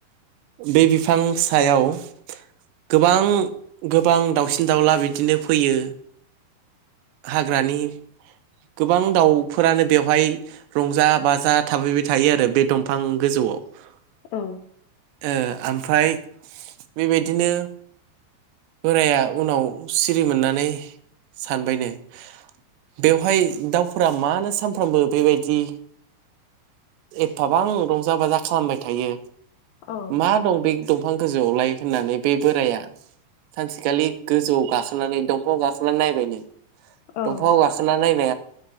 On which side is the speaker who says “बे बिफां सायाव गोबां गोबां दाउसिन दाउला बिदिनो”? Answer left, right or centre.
Right